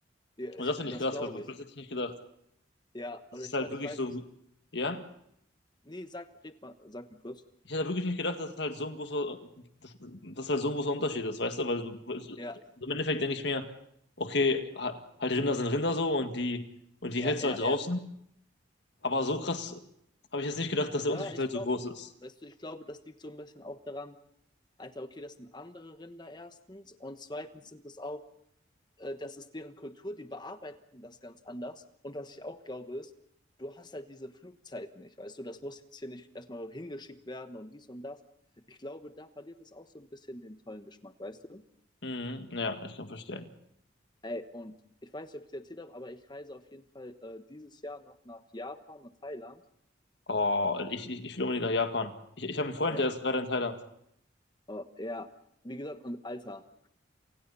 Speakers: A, on the left; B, on the left.
A: ja,
B: Und das finde
A: das
B: ich krass,
A: glaube
B: weil weil
A: ich.
B: das hätte ich nicht gedacht.
A: Ja,
B: Das
A: oder
B: ist
A: ich
B: halt
A: meine,
B: wirklich
A: ich weiß
B: so,
A: nicht.
B: ja?
A: Nee, sag, red mal, sag mir kurz.
B: Ich hätte wirklich nicht gedacht, dass es halt so ein großer, dass, dass halt so ein großer Unterschied ist, weißt du? Weil, so, weil so,
A: Ja,
B: so im Endeffekt denke ich mir, okay, ha- halt Rinder sind Rinder so und die und die
A: ja,
B: hältst
A: ja,
B: du halt draußen.
A: ja.
B: Aber so krass habe ich jetzt nicht gedacht, dass der
A: Ja,
B: Unterschied
A: ich
B: halt so
A: glaube,
B: groß ist.
A: weißt du, ich glaube, das liegt so ein bisschen auch daran, Alter, okay, das sind andere Rinder erstens und zweitens sind das auch äh, das ist deren Kultur, die bearbeiten das ganz anders. Und was ich auch glaube ist, du hast halt diese Flugzeiten nicht, weißt du, das muss jetzt hier nicht erstmal hingeschickt werden und dies und das. Ich glaube, da verliert es auch so ein bisschen den tollen Geschmack, weißt du?
B: Mhm, ja, ich kann verstehen.
A: Ey, und ich weiß nicht, ob ich dir erzählt habe, aber ich reise auf jeden Fall äh, dieses Jahr noch nach Japan und Thailand.
B: Oh, ich, ich, ich will unbedingt nach Japan. Ich, ich habe einen Freund,
A: Ja,
B: der ist gerade in Thailand.
A: oh, ja, wie gesagt, und Alter,